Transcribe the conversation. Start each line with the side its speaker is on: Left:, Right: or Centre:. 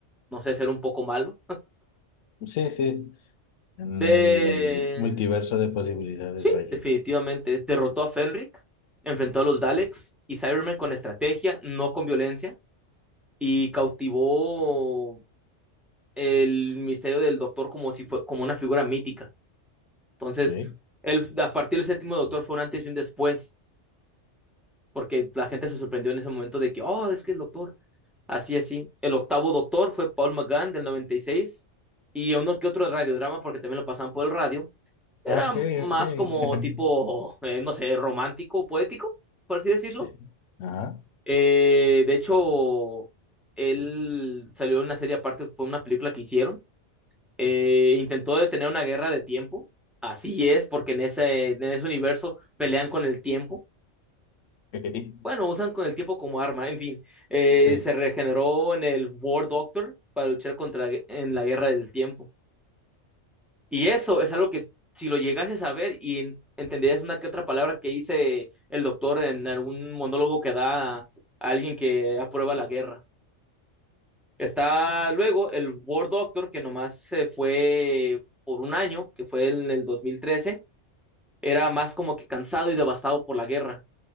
Centre: no sé, ser un poco malo.
Left: Sí, sí, en
Centre: De
Left: el multiverso de posibilidades,
Centre: Sí,
Left: vaya.
Centre: definitivamente. Derrotó a Fenric, enfrentó a los Daleks y Cybermen con estrategia, no con violencia, y cautivó el misterio del Doctor como si fue como una figura mítica. Entonces,
Left: Sí.
Centre: el, a partir del séptimo Doctor fue un antes y un después, porque la gente se sorprendió en ese momento de que, oh, es que el Doctor, así, así. El octavo Doctor fue Paul McGann del 96 y uno que otro radiodrama, porque también lo pasaban por el radio, Era
Left: Ah, Ok,
Centre: más
Left: ok.
Centre: como
Left: <laughs>
Centre: tipo, eh, no sé, romántico, poético, por así decirlo.
Left: Sí. Ajá.
Centre: Eh, de hecho, él salió en una serie aparte, fue una película que hicieron. Eh, intentó detener una guerra de tiempo. Así es, porque en ese, en ese universo pelean con el tiempo.
Left: <laughs>
Centre: Bueno, usan con el tiempo como arma, en fin. Eh,
Left: Sí,
Centre: se regeneró en el War Doctor para luchar contra en la guerra del tiempo. Y eso es algo que si lo llegases a ver y en- entenderías una que otra palabra que dice el doctor en algún monólogo que da a alguien que aprueba la guerra. Está luego el War Doctor, que nomás se fue por un año, que fue en el 2013. Era más como que cansado y devastado por la guerra.